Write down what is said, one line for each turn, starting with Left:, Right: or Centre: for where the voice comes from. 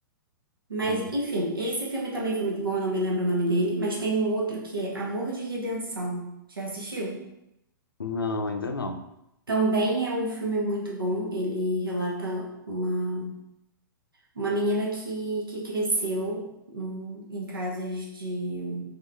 Right: Mas,
Left: Hum.
Right: enfim, esse filme também foi muito bom, eu não me lembro o nome dele, mas tem um outro que é Amor de Redenção. Já assistiu?
Left: Não, ainda não.
Right: Também é um filme muito bom. Ele relata uma, uma menina que, que cresceu hum, em casas de,